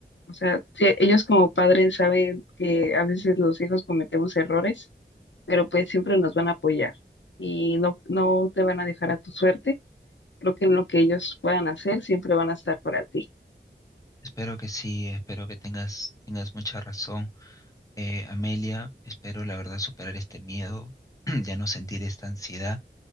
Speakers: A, on the left; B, on the left.
A: o sea, sí, ellos como padres saben que a veces los hijos cometemos errores, pero pues siempre nos van a apoyar y no, no te van a dejar a tu suerte. Creo que en lo que ellos puedan hacer, siempre van a estar para ti.
B: Espero que sí, espero que tengas, tengas mucha razón, eh, Amelia. Espero, la verdad, superar este miedo, <clears throat> ya no sentir esta ansiedad